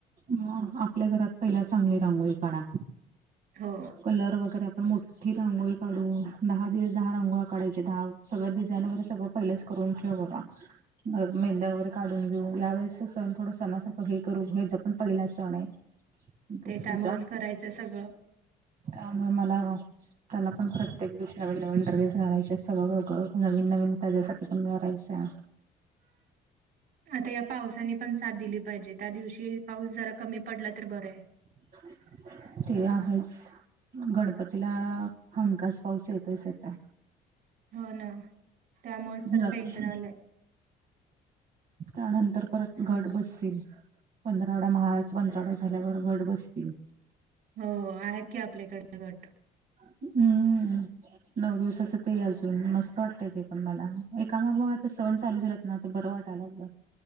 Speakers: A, on the right; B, on the right.
A: हम आपल्या घरात पहिला चांगली रांगोळी काढा.
B: हो
A: कलर वगैरे आपण मोठी रांगोळी काढू, दहा दिवस दहा रांगोळ्या काढायच्या, दहा सगळं डिझाईन वगैरे सगळ पहिलेच करून ठेव बाबा. आज मेंहंद्या वगैरे काढून घेऊ, या वेळेसचा सण थोडा सणासारखं हे करू, ह्याचा पण पहिला सण ये. डुग्गु
B: ते त्यामुळेच
A: चा,
B: करायचं सगळं.
A: त्यामुळे मला त्याला पण प्रत्येक दिवशी नवीन-नवीन ड्रेस घालायचे, सगळंं नवीन-नवीन पहिल्यासाठी पण घालायचं.
B: आता या पावसानी पण साथ दिली पाहिजे, त्या दिवशी पाऊस जरा कमी पडला तर, बरं ये.
A: <inaudible> ते आहेच, गणपतीला आ हमखास पाऊस येतच येतय.
B: हो ना, त्यामुळेच तर
A: लक्ष्मी
B: टेन्शन आलंय.
A: त्यानंतर परत घट बसतील. पंधरावडा महाळाचा, पंधरावडा झाल्यावर घट बसतील.
B: हो, आहेत की आपल्याकडे घट.
A: हम्म. नऊ दिवसाचं ते अजून, मस्त वाटतय ते पण मला, एका मागोमाग आता सण चालू झालेत. नाय आता बरं वाटाया लागलं.